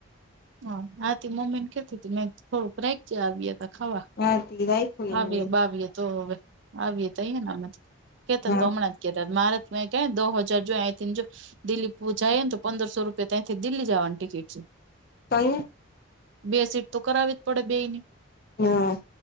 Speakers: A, on the right; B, on the left.
A: હ આતી મમ્મીને કહેતી તી મેં થોડુંક રાેક આવ હતી. ખાવા
B: હા તે રાખ્યું
A: આવી
B: એને
A: બાવી તો હવે. આવી એ ત‌ઇ કેતન
B: હા
A: તો હમણાં જ કેતા મારેત મેં ક દો હજાર જો આથી જો. દિલ્હી પહોચાય તો પંદરસો રૂપિયા ત્યાંથી દિલ્હી જવાની ટિકિટ છે.
B: ત‌ઇ.
A: બે સીટ તો કરાવવી જ પડે બે ની.
B: હા.